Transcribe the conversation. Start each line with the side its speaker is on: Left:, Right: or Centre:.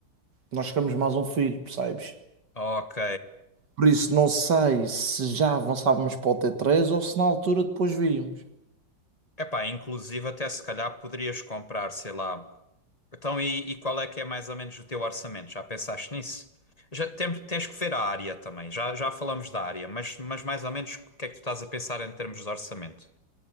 Right: nós queremos mais um filho, percebes?
Left: ok.
Right: Por isso, não sei se já avançávamos para o t três ou se na altura depois víamos.
Left: Epá, inclusive até se calhar poderias comprar, sei lá. Então, e, e qual é que é mais ou menos o teu orçamento? Já pensaste nisso? Já tem- tens que ver a área também. Já, já falamos da área, mas, mas mais ou menos o que é que tu estás a pensar em termos de orçamento?